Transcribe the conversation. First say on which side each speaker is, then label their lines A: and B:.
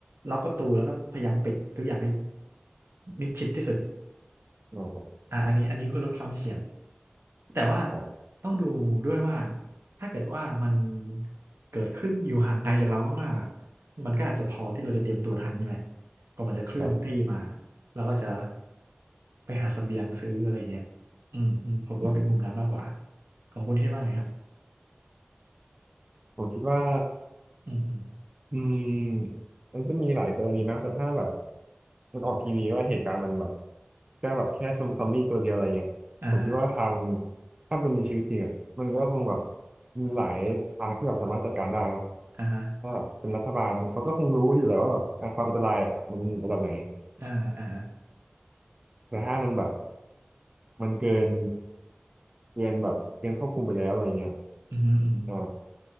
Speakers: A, on the right; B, on the right.
A: ล็อกประตูแล้วก็พยายามปิดทุกอย่างให้มิดชิดที่สุด
B: อ่า
A: อ่าอันนี้อันนี้เพื่อลดความเสี่ยงแต่ว่า
B: ครับ
A: ต้องดูด้วยว่าถ้าเกิดว่ามันเกิดขึ้นอยู่ห่างไกลจากเรามากๆอ่ะมันก็อาจจะพอที่เราจะเตรียมตัวทันใช่ไหมก่อนมันจะเคลื่อนที่มา
B: ครับ
A: เราก็จะไปหาเสบียงซื้ออะไรเงี้ยอืมอืมผมว่าเป็นมุมนั้นมากกว่า
B: อืม
A: ของคุณคิดว่าไงครับ
B: ผมคิดว่า
A: อืมอืม
B: อืมมันก็มีหลายกรณีนะแต่ถ้าแบบ มันออกทีวีว่าเหตุการณ์มันแบบแค่แบบแค่ซอมซอมบี้ตัวเดียวอะไรเงี้ยผมคิดว่าทาง
A: อ่าฮะ
B: ถ้าเป็นในชีวิตจริงอ่ะมันก็คงแบบมีหลายทางที่แบบสามารถจัดการได้เนาะ
A: อ่าฮะ
B: ถ้าแบบเป็นรัฐบาลเขาก็คงรู้อยู่แล้วว่าแบบอ่ะความอันตรายอ่ะมันระดับไหน
A: อ่าอ่า
B: แต่ถ้ามันแบบมันเกินเกินแบบเกินควบคุมไปแล้วอะไรเงี้ย
A: อืมอืมอม
B: อ่า